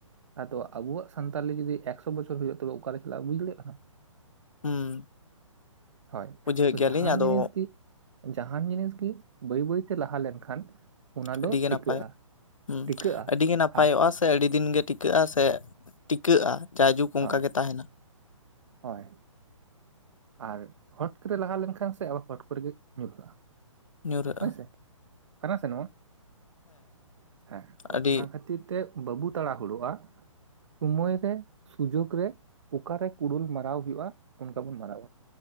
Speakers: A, on the right; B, on the left.
A: ᱟᱫᱚ ᱟᱵᱚᱣᱟᱜ ᱥᱟᱱᱛᱟᱞᱤ ᱡᱚᱫᱤ ᱮᱠᱥᱚ ᱵᱚᱪᱷᱚᱨ ᱦᱩᱭᱩᱜᱼᱟ ᱛᱚᱵᱮ ᱚᱟᱨᱮ ᱪᱟᱞᱟᱜ ᱵᱩᱡ ᱫᱟᱲᱮᱭᱟᱜ ᱠᱟᱱᱟᱢ᱾
B: ᱦᱩᱸ
A: ᱦᱳᱭ
B: ᱵᱩᱡᱷᱟᱹᱣᱮᱫ
A: ᱛᱚ
B: ᱜᱮᱭᱟᱞᱤᱧ
A: ᱡᱟᱦᱟᱱ
B: ᱟᱫᱚ
A: ᱡᱤᱱᱤᱥ ᱠᱤ ᱡᱟᱦᱟᱱ ᱡᱤᱱᱤᱥ ᱜᱮ ᱵᱟᱹᱭ ᱵᱟᱹᱭᱛᱮ ᱞᱟᱦᱟ ᱞᱮᱱᱠᱷᱟᱱ ᱚᱱᱟ ᱫᱚ
B: ᱟᱹᱰᱤ ᱜᱮ
A: ᱴᱤᱠᱟᱹᱜᱼᱟ
B: ᱱᱟᱯᱟᱭ ᱦᱸ
A: ᱴᱤᱠᱟᱹᱜᱼᱟ
B: ᱟᱹᱰᱤ ᱜᱮ ᱱᱟᱯᱟᱭᱚᱜᱼᱟ᱾
A: ᱟᱨ
B: ᱥᱮ ᱟᱹᱰᱤ ᱫᱤᱱ ᱜᱮ ᱴᱤᱠᱟᱹᱜᱼᱟ ᱥᱮ ᱴᱤᱠᱟᱹᱜᱼᱟ ᱡᱟᱭᱡᱩᱜᱽ ᱚᱱᱠᱟ
A: ᱦᱳᱭ
B: ᱜᱮ ᱛᱟᱦᱮᱱᱟ᱾
A: ᱦᱳᱭ ᱟᱨ ᱦᱚᱴ ᱠᱚᱨᱮ ᱞᱟᱜᱟᱣ ᱞᱮᱱᱠᱷᱟᱱ ᱥᱮ ᱟᱵᱟᱨ ᱦᱚᱴ ᱠᱚᱨᱮᱜᱮ ᱧᱩᱨᱦᱟᱹᱜᱼᱟ᱾
B: ᱧᱩᱨᱦᱟᱹᱜᱼᱟ
A: ᱦᱳᱭᱥᱮ ᱠᱟᱱᱟ ᱥᱮ ᱱᱚᱣᱟ, ᱦᱮᱸ ᱛᱚ
B: ᱟᱹᱰᱤ
A: ᱚᱱᱟ ᱠᱷᱟᱹᱛᱤᱨ ᱠᱷᱟᱹᱛᱤᱨ ᱛᱮ ᱵᱟᱹᱵᱩ ᱛᱟᱲᱟᱦᱩᱚᱜᱼᱟ᱾ ᱥᱳᱢᱳᱭ ᱨᱮ ᱥᱩᱡᱳᱜᱽ ᱨᱮ ᱚᱠᱟᱨᱮ ᱠᱩᱰᱩᱞ ᱢᱟᱨᱟᱣ ᱦᱩᱭᱩᱜᱼᱟ ᱚᱱᱠᱟ ᱵᱚᱱ ᱢᱟᱨᱟᱣᱟ᱾